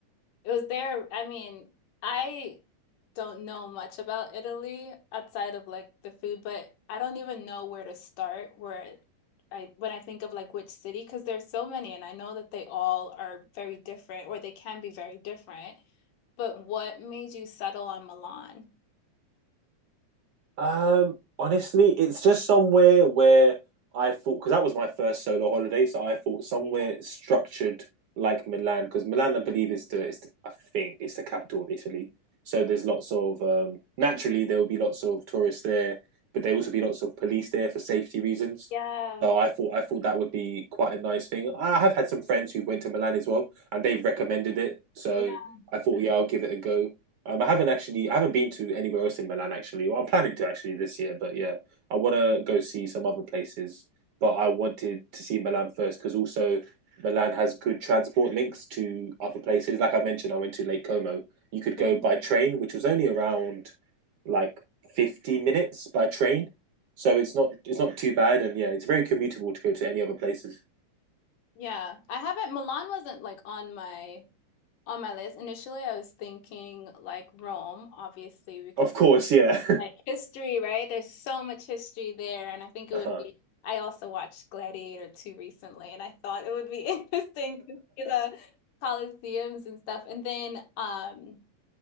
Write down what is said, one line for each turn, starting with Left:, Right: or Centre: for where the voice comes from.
Left: It was there. I mean, I don't know much about Italy outside of like the food, but I don't even know where to start where I when I think of like which city, because there's so many and I know that they all are very different or they can be very different. But what made you settle on Milan?
Right: Um, honestly, it's just somewhere where I thought because that was my first solo holiday, so I thought somewhere
Left: Yeah,
Right: structured like Milan because Milan, I believe, is the, is the I think it's the capital of Italy. So there's lots of um, naturally there will be lots of tourists there, but there will also be lots of police there for safety reasons.
Left: yeah,
Right: So I thought I thought that would be quite a nice thing. I have had some friends who went to Milan as well, and they've recommended it. So
Left: yeah.
Right: I thought, yeah, I'll give it a go. Um, I haven't actually, I haven't been to anywhere else in Milan actually. Well, I'm planning to actually this year, but yeah, I want to go see some other places. But I wanted to see Milan first because also Milan has good transport links to other places. Like I mentioned, I went to Lake Como. You could
Left: Mhm.
Right: go by train, which was only around like 50 minutes by train, so it's not it's not too bad. And yeah, it's very commutable to go to any other places.
Left: Yeah, I haven't Milan wasn't like on my on my list. Initially, I was thinking like Rome, obviously, because
Right: Of course, yeah.
Left: like history, right? There's so much history there, and I think it
Right: <laughs> uh-huh.
Left: would be. I also watched Gladiator 2 recently, and I thought it would be <laughs> interesting to see the Colosseums and stuff. And then, um,